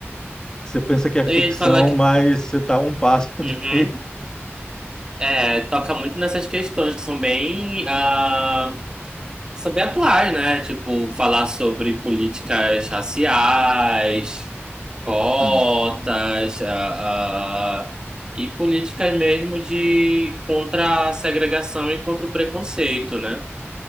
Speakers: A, on the left; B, on the right.
A: você pensa que é ficção,
B: eu ia falar
A: mas você está um passo
B: Uhum.
A: <laughs> de.
B: É, toca muito nessas questões que são bem, ah, são bem atuais, né? Tipo, falar sobre políticas raciais, cotas,
A: Sim,
B: ah, ah, e políticas mesmo de contra a segregação e contra o preconceito, né?